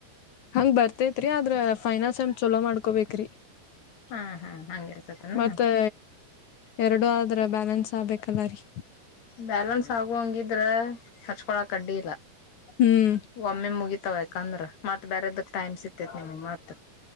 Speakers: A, on the left (about 60°); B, on the left (about 85°).
A: ಹಂಗ್ ಬರ್ತೆೇತ್ರಿ ಆದ್ರ ಫೈನಾನ್ಸ್ ಚಲೋ ಮಾಡ್ಕೊಬೇಕ್ರೀ.
B: ಹಾ ಹಾ ಹಂಗಿರ್ತತನ
A: ಮತ್ತೆ ಎರಡು ಆದ್ರೆ ಬ್ಯಾಲೆನ್ಸ್ ಹಾ ಬೇಕಲ್ಲ ರೀ
B: ಬ್ಯಾಲೆನ್ಸ್ ಆಗೋಹಂಗಿದ್ರೆ ಹಚ್ಕೊಳಕ್ ಅಡ್ಡಿ ಇಲ್ಲ.
A: ಹ್ಮ್
B: ಒಮ್ಮೆ ಮುಗಿತಾವೇ. ಅಂದ್ರ ಮತ್ ಬೇರೆದಕ್ ಟೈಮ್ ಸಿಗ್ತೇತ್ ನಿಮ್ಗ್ ಮಾತ್